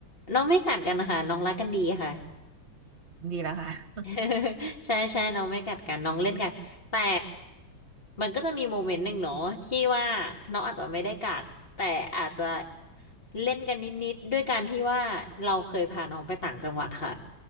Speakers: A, on the left; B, on the right.
A: น้องไม่กัดกันนะคะน้องรักกันดีค่ะ
B: ดีแล้วค่ะ
A: <laughs> ใช่ใช่น้องไม่กัดกันน้องเล่นกันแต่มันก็จะมีโมเมนต์หนึ่งเนาะที่ว่าน้องอาจจะไม่ได้กัดแต่อาจจะเล่นกันนิดๆด้วยการที่ว่าเราเคยพาน้องไปต่างจังหวัดค่ะ